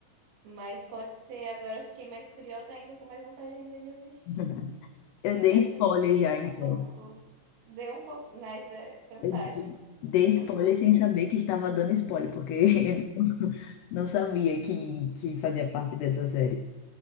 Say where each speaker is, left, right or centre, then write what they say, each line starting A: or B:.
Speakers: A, on the right (about 80°); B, on the left (about 85°).
A: Mas pode ser, agora eu fiquei mais curiosa ainda, com mais vontade ainda de assistir.
B: <laughs> Eu dei
A: Mas
B: spoiler
A: eu
B: já, então.
A: tô- deu um pouco. Mas é fantástico.
B: Eu
A: <laughs>
B: dei spoiler sem
A: Tudo
B: saber
A: bem.
B: que estava dando spoiler, porque <laughs> eu não não sabia que, que fazia parte dessa série.